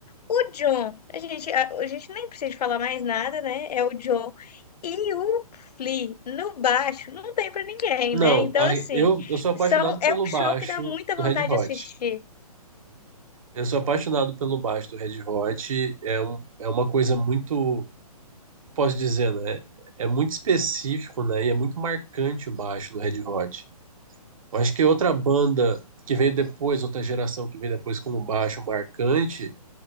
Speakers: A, on the left; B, on the right.
A: O John, a gente, a, a gente nem precisa falar mais nada, né? É o John. E o Flea, no baixo, não tem pra ninguém,
B: Não,
A: né? Então,
B: a-
A: assim,
B: eu, eu sou apaixonado
A: são, é
B: pelo
A: um show
B: baixo
A: que dá muita
B: do
A: vontade
B: Red Hot.
A: de assistir.
B: Eu sou apaixonado pelo baixo do Red Hot. É, um, é uma coisa muito, posso dizer, né? É muito específico, né? E é muito marcante o baixo do Red Hot. Eu acho que outra banda que veio depois, outra geração que veio depois como baixo marcante,